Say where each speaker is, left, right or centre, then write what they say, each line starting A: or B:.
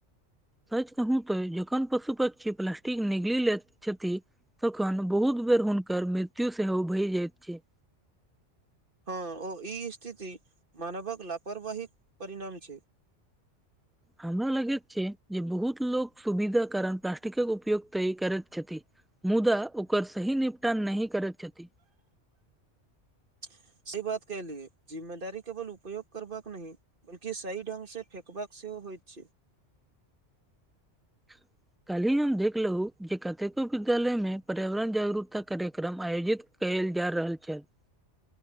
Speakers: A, in the centre; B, on the right (about 45°).
A: सच कहू त जखन पशु पक्षी प्लास्टिक निगलि लेति छथिन्ह तखन बहुत बेर हुनकर मृत्यु सेहो भय जाइत छे
B: हँ ओ ई स्थिति मानवक लापरवाहीक परिणाम छै।
A: हमरा लगैत छै जे बहुत लोग सुविधा कारण प्लास्टिकक उपयोग तेय करैत छथि मुदा ओकर सहि निपटान नहि करैत छथि
B: सही बात कलिये जिम्मेदारी केवल उपयोग करबाक नहि बल्की सही ढङंगसँ फेेकबाकाक सेहो होइ छै
A: ह काल्हि हम देखलहु जे कतेको विद्यालय मे पर्यावरण जागरूकता कार्यक्रम आयोजित कयल जा रहल छैथ